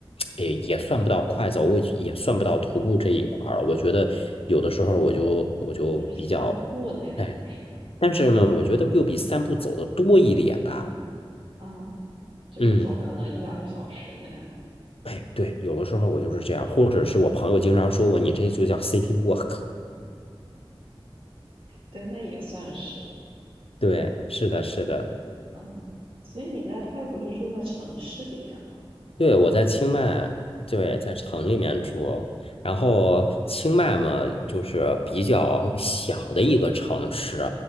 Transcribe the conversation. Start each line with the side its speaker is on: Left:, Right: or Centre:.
Left: 也也算不到快走，我也算不到徒步这一块儿了。我觉得有的时候我就我就比较
Right: 就是散步那种是吧？
Left: 哎，但是呢，我觉得又比散步走的多一点吧。
Right: 啊，就是走可能一两个小时那样。
Left: 嗯。哎，对，有的时候我就是这样，或者是我朋友经常说我，你这就叫 city walk。
Right: 对，那也算是，
Left: 对，是的，是的，
Right: 嗯。所以你在泰国是住在城市里面吗？
Left: 对，我在清迈，对，在城里面住。然后清迈嘛，就是比较小的一个城市。